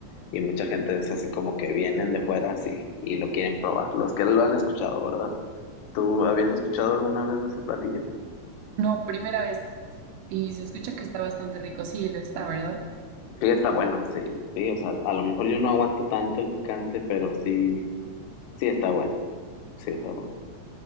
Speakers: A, on the left (about 85°); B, on the right (about 85°).
A: y, y mucha gente es así como que vienen de fuera así y lo quieren probar, los que lo han escuchado, ¿verdad? ¿Tú habías escuchado alguna vez de ese platillo?
B: No, primera vez. Y se escucha que está bastante rico, sí, lo está, ¿verdad?
A: Sí, está bueno, sí, sí, o sea, a lo mejor yo no aguanto tanto el picante, pero sí, sí está bueno, sí está bueno.